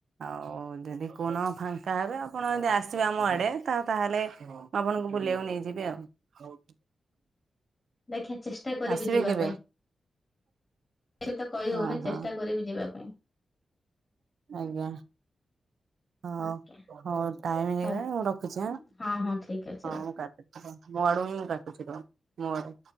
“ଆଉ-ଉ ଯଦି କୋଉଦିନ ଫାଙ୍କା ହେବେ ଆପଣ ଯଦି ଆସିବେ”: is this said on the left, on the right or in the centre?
Right